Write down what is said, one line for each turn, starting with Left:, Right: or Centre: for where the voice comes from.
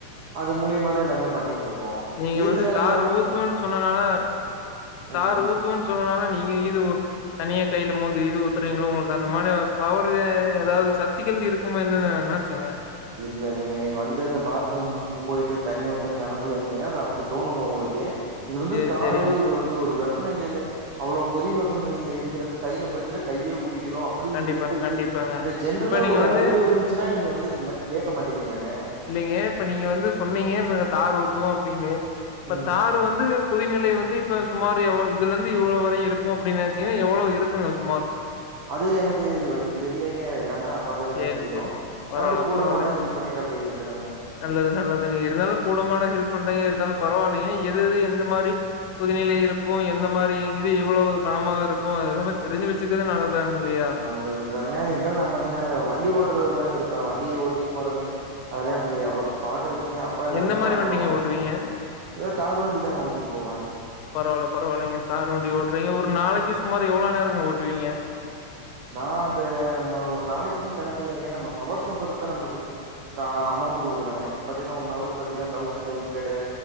Right: அது மூலியமா தா எல்லாமே பண்ணிட்ருக்கோ
Left: நீங்க
Right: இயந்திரம்
Left: வந்து
Right: இல்
Left: தார் ஊத்துவன் சொன்னனால தார்
Right: ம்
Left: ஊத்துவன் சொன்னனால நீங்க இது தனியா கைல மோந்து இது ஊத்துறீங்களோ உங்களுக்கு அந்த மாரி பவரு எதாவது சக்திகள் இருக் க்குமேன்னு நெனச்சங்க
Right: இல்ல இல்லைங்க நீங்க வந்து அ பாத்ரூம் போயிட்டு தண்ணி ஊத்துற நெனைப்புல இருந்தீங்கன்னா அது அப்டி தோணுங்க உங்களுக்கு இது வந்து
Left: சேரி
Right: தாரு
Left: சேரிங்க
Right: இது வந் அது ஒரு வெப்பநிலையில அவ்வளோ கொதி வெப்பநிலையில இருக்கிற கையில பட்டுச்சுன்னா கையே உருகிரு அப்ப அப்படி
Left: கண்டிப்பாங்க
Right: இருக்கு
Left: கண்டிப்பாங்க
Right: இந்த ஜென்ரலா
Left: இப்ப நீங்க
Right: ஒரு
Left: வந்து
Right: அறிவு இருந்துச்சுன்னா நீங்க வந்து இது மாரி கேட்க மாட்டிங்களங்க
Left: இல்லங்க இப்ப நீங்க வந்து சொன்னீங்க நாங்க தார் ஊத்துவோ அப்படின்னு இப்ப
Right: ம்.
Left: தார் வந்து கொதிநிலை வந்து இப்போ சுமார் எவ்ளோ இதுல இருந்து இவ்வளோ வரை இருக்கு அப்டி நெனச்சிங்க எவ்வளோ இருக்குங்க சுமார்
Right: அது எனக்கு இது வரைக்கு தெர்லங்க எல்லாமே பாத்துதாங்க
Left: சேரி
Right: தெரியு
Left: சேரிங்க
Right: நா
Left: பரவால்ல
Right: வந்து கூடமாட
Left: பரவால்லைங்க
Right: ஹெல்ப் பண்ணிட்டு அப்டியே இருக்குறனுங்க
Left: நல்லது நல்லதுங்க இருந்தாலு கூடமாட ஹெல்ப் பண்றீங்க இருந்தாலு பரவால்லைங்க எது எது எந்த மாரி புதிநிலை இருக்கு எந்ந மாரி இது இவ்வளவு கணமாக இருக்கு அதவத் தெரிஞ்சு வச்சுக்குரது நல்ல தான் இல்லையா
Right: நல்லதுதாங்க இருந்தாலு நாம் பாத்தீங்கன்னா அத வண்டி ஓட்டுறதுதாங்க இருப்பே வண்டிய ஓட்டிட்டு போறேங்காட்டி அதெல்லா எனக்கு அவ்வளவு பாக்குறது இல்லெங்கப் அப்பா எல்லாமே
Left: எந்த மாரி
Right: பாத்துக்குவாங்க
Left: வண்டிங்க ஓட்டுவீங்க
Right: அதா தார்வண்டி தாங்க ஓட்டிட்டு போவே
Left: பரவால பரவால்லைங்க தார் வண்டி ஓட்டுறீங்க ஒரு நாளைக்கு சுமார் எவ்ளோ நேரங்க ஓட்டுவீங்க
Right: நா அந்த நம்ம ஒரு நாளைக்குன்னு கணக்கு இல்லைங்க நம்ம ஹவர்ஸ் பொறுத்தா நம்மளுக்கு ஆ அமௌண்ட் குடுக்குறாங்க இப்ப பாத்தங்கன்னா ஒன் ஹவர்க்கு பாத்தீங்கன்னா தௌசண்ட் பைவ் ஹண்ரடு